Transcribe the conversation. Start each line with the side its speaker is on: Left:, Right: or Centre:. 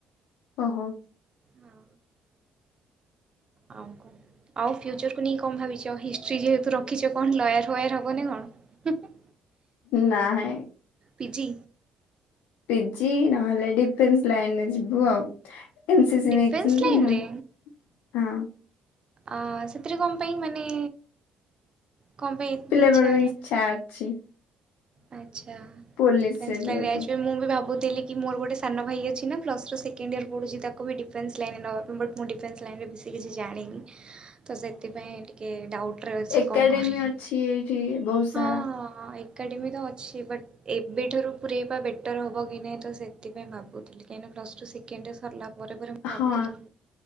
Left: ଓହୋ।
Right: ହଁ ଆଉ କଣ ଆଉ ଫିଉଚରକୁ ନେଇ କଣ ଭାବିଛ, ଆଉ ହିଷ୍ଟି ଯେହେତୁ ରଖ ଖିଛ କଣ ଲୟାର ଫୟାର ହବନା କଣ?
Left: ନାହିଁ।
Right: ପିଜି।
Left: ପିଜି ନହେଲେ ଡିଫେନ୍ସ ଲାଇନରେ ଯିବୁ ଆଉ। ଏନସିସି
Right: ଡିଫେନ୍ସ
Left: ନେଇଥିଲି
Right: ଲାଇନରେ
Left: ତ ମୁଁ ହଁ।
Right: ଅ ସେଥିରେ କଣ ପାଇଁ ମାନେ, କଣ ପାଇଁ
Left: ପିଲାବେଳୁ
Right: ହେଲା
Left: ଇଚ୍ଛା ଅଛି।
Right: ଆଚ୍ଛା
Left: ପୋଲିସ
Right: ଡିଫେନ୍ସ
Left: ଯିବାକୁ।
Right: ଲାଇନ ରେ ଆ ମୁଁ ବି ଭାବୁଥିଲି କି ମୋର ଗୋଟେ ସାନ ଭାଇ ଅଛି ନା ପ୍ଲସ ଟୁ ସେକେଣ୍ଡ ଇୟର ପଢୁଛି ତାକୁ ବି ଡିଫେନ୍ସ ଲାଇନେବା ପାଇ ବଟ ମୁଁ ଡିଫେନ୍ସ ଲାଇନେ ବେଶୀ କିଛି ଜାଣିନି।
Left: ହ
Right: ତ ସେଥିପାଇଁ ଟିକେ ଡାଉଟରେ ଅଛି
Left: ଏକାଡେମୀ
Right: କଣ କରିବି
Left: ଅଛି ଏଇଠି ବହୁତ ସାରା
Right: ହଁ ହଁ ଏକ ଏକାଡେମୀ ତ ଅଛି ବଟ୍ ଏବେଠାରୁ ପୁରଇବା ବେଟର୍ ହେବ କି ନାହିଁ ତ ସେଥିପାଇଁ ଭାବୁଥିଲି? ମୁଁ କହିଲି କାହିଁ ନା ପ୍ଲସ ଟୁ ସେକେଣ୍ଡ ୟର ସାରିଲା ପରେ ପରେ ମୁଁ ଭାବୁଥିଲି
Left: ହଁ।